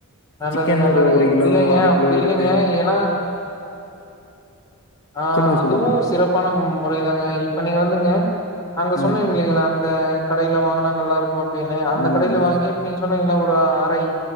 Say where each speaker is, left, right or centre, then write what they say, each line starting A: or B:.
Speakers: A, on the left; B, on the left.
A: நல்லது
B: சிக்கன்
A: நல்லதுங்க
B: ஒரு ஒரு கிலோ
A: இல்லைங்க
B: அரை
A: அப்படி
B: கிலோ எடுத்து
A: இல்லைங்க ஏன்னா ஆ
B: சொல்லுங்க
A: அதுவு
B: சொல்லுங்க
A: சிறப்பான மு முறைதாங்க இப்ப நீங்க வந்துங்க அங்க சொன்னிங்க
B: ம்
A: இல்லைங்களா அந்த கடையில வாங்குனா நல்லாருக்கு அப்டின் அந்த
B: ம்
A: கடையில
B: ம்
A: வாங்கி இப்ப நீங்க சொன்னிங்ள ஒரு அரை